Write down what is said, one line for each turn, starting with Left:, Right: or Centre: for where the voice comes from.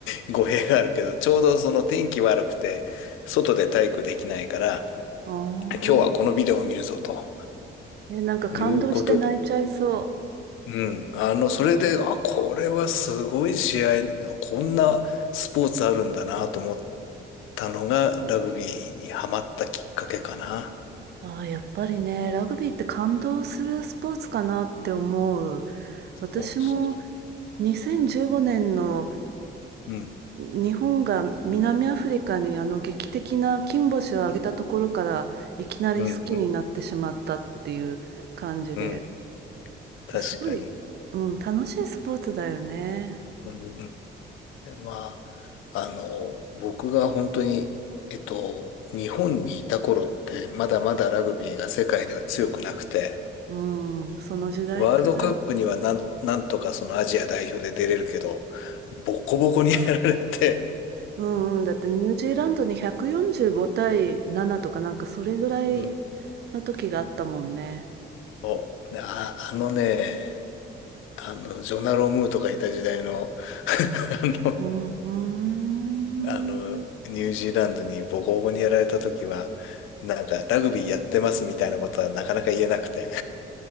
Left: <laughs> 語弊があるけど、ちょうどその天気悪くて、外で体育できないから、
Right: ああ。
Left: 今日はこのビデオを見るぞと
Right: え、なんか感動して泣いちゃいそ
Left: いうことで、うん。あの、それで、あ、これはすごい試合、こんなスポーツあるんだなと思ったのが、ラグビーにハマったきっかけかな。
Right: う。ああ、やっぱりね、ラグビーって感動するスポーツかなって思う。私も
Left: そうそ
Right: 2015年の
Left: う。うん。
Right: 日本が南アフリカにあの劇的な金星を挙げたところからいきなり好きになってしまったっていう感じで。
Left: うん、うん、うん。確かに。
Right: すごい、うん、楽しいスポーツだよね。
Left: うん、で、まあ、あの、僕が本当に、えっと、日本にいた頃って、まだまだラグビーが世界では強くなくて、
Right: うん、その時代から。
Left: ワールドカップにはなん、なんとかそのアジア代表で出れるけど、ボコボコにやられて、
Right: うんうん、だってニュージーランドに145対7とかなんかそれぐらい
Left: うん
Right: の時があったもんね。
Left: そう。であ、あのね、あの、ジョナロームーとかいた時代の <laughs> あの、
Right: うん、うーん。
Left: あの、ニュージーランドにボコボコにやられた時は、なんか、ラグビーやってますみたいなことはなかなか言えなくて。